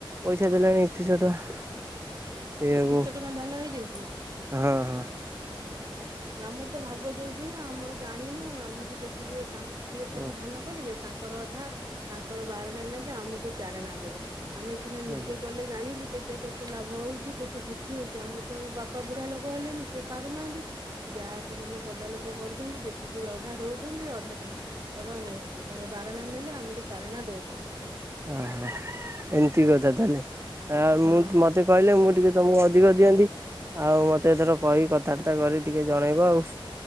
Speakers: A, on the right; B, on the right.
A: ପଇସା ଦେଲେଣି ଏକତିରିଶହ ଟଙ୍କା ସେଇଆକୁ
B: ଏକତିରିଶହ ଟଙ୍କା ଧାନ ହେଇଯାଇଛି ।
A: ହଁ ହଁ ।
B: ଆମର ତ ଭାଗ ଦଉଛୁ ନା ଆମର ଜାଣିନୁ ଆମକୁ ଯେତିକି ତାଙ୍କ ସିଏ ସବୁ
A: ଓ
B: ଧାନ କରିବେ ତାଙ୍କ ତାଙ୍କର ଅଧା ତାଙ୍କର ବାରଣା ନେବେ ଆମକୁ ଚାରଣା ଦେବେ । ଆମେ ସିନେ ନିଜେ
A: ଓହୋ
B: କଲେ ଜାଣିବୁ । କେତେ କେତେ ଲାଭ ହଉଛି କେତେ କ୍ଷତି ହଉଛି ଆମର ତ ବାପା ବୁଢା ଲୋକ ହେଲେଣିି ସେ ପାରୁନାହାନ୍ତି ଯାହା ସେମାନେ ପଦା ଲୋକ ଲୋକ କରୁଛନ୍ତି ଯେତିକି ଅଧା ଦଉଛନ୍ତି ଅଧା ତାଙ୍କର ନଉଛନ୍ତି ତାଙ୍କ ବାରଣା ନେଲେ ଆମକୁ ଚାରଣା ଦଉଛନ୍ତି ।
A: ଓ ହୋ ଏମିତି କଥା ତା ହେଲେ । ଆ
B: ହଁ
A: ମୁଁ ମତେ କହିଲେ ମୁଁ ଟିକେ ତମକୁ ଅ ଅଧିକ ଦିଅନ୍ତି ଆଉ ମତେ ଏଥର କହି କଥାବାର୍ତ୍ତା କରି ଟିକେ ଜଣେଇବ ଆଉ ।